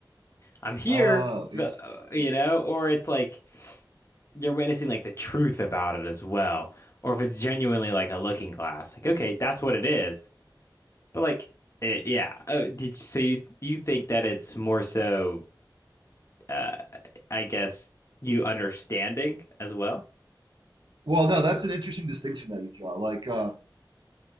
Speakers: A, on the left; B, on the right.
A: I'm here,
B: Oh, interesting.
A: but uh, you know, or it's like you're witnessing like the truth about it as well, or if it's genuinely like a looking glass. Like, okay, that's what it is. But like it, yeah. Oh, did so you you think that it's more so uh I guess you understanding as well?
B: Well, no, that's an interesting distinction that you draw. Like, um,